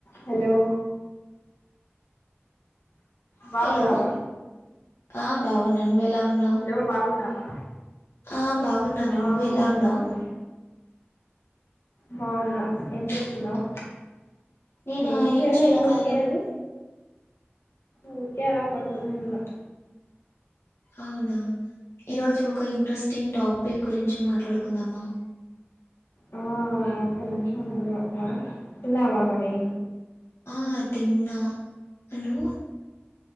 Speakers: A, on the left (about 65°); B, on the left (about 80°).
A: hello బాగున్నావా
B: Hello ఆ బాగున్నా నువ్వు ఎలా ఉన్నా న్నావ్
A: హలో బాగున్నావా
B: ఆ బాగున్నాను
A: ఆ
B: నువ్వు ఎలా ఉన్నావ్
A: బాగున్నా బాగున్నా ఏం చేస్తున్నావ్
B: నేనా
A: ఏం చేయలే
B: చేయాల
A: ఊరికే
B: ఖాళీ నువ్వు
A: ఊరికే అలా పడుకొని ఉన్నా
B: అవునా ఈరోజు ఒక ఇంట్రెస్టింగ్ టాపిక్ గురించి మాట్లాడుకుందామా
A: ఆ ఒక్క నిమిషం ఉండు అట్లా తిన్నావా మరి
B: ఆ తిన్నా నువ్వు